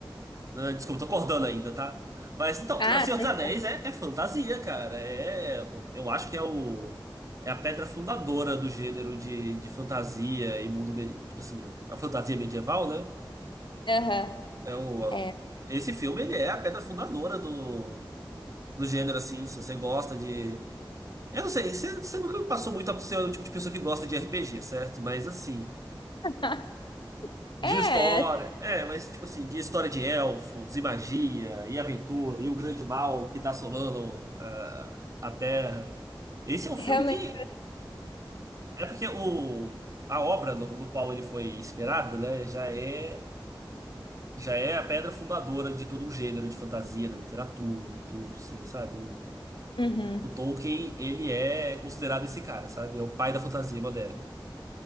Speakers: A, on the right; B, on the left.
A: Ah, Desculpa, tô acordando ainda, tá? Mas então,
B: Ah,
A: cara, Senhor dos
B: tem.
A: Anéis é, é fantasia, cara. É, eu acho que é o é a pedra fundadora do gênero de, de fantasia e mundo, me- tipo assim, a fantasia medieval, né?
B: Aham.
A: É o a-
B: É,
A: esse filme ele é a pedra fundadora do, do gênero assim, se você gosta de Eu não sei, você, você nunca me passou muito a ser o tipo de pessoa que gosta de RPG, certo? Mas assim,
B: <laughs>
A: De
B: É,
A: história. É, mas tipo assim, de história de elfos, e magia, e aventura, e o grande mal que tá assolando ah, a Terra. Esse é um filme
B: realmente.
A: que. É porque o, a obra do, do qual ele foi inspirado, né, já é, já é a pedra fundadora de todo um gênero de fantasia, da literatura e tudo, cê sabe? O,
B: Uhum.
A: o Tolkien, ele é considerado esse cara, sabe? É o pai da fantasia moderna.